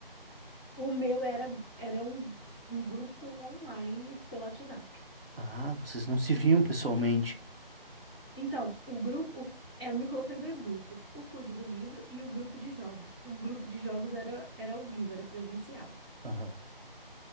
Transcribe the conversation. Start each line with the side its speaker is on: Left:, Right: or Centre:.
Centre: o meu era era um um grupo online pelo WhatsApp.
Right: Ah, vocês não se viam pessoalmente.
Centre: Então, o grupo, o- ela me colocou em dois grupos, o clube do livro e o grupo de jogos. O grupo de jogos era, era ao vivo, era presencial.
Right: Aham.